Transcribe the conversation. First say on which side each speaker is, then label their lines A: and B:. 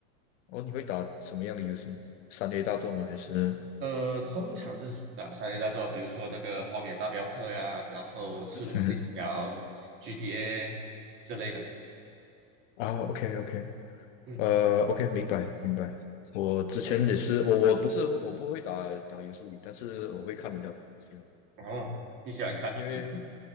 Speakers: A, on the left (about 60°); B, on the right (about 30°).
A: 哦，你会打什么样的游戏？三 A 大作吗？还是？
B: 呃，通常是哪三类大作？比如说那个《荒野大镖客》呀，然后《刺客信条》、
A: 嗯哼
B: GTA 之类的。
A: 啊，OK OK，
B: 嗯，
A: 呃，OK，明白明白。我之前也是，
B: 你
A: 我我不是我不会打打游戏，但是我会看人家打游戏哦，
B: 哦，你喜欢看？
A: 因为
B: <laughs>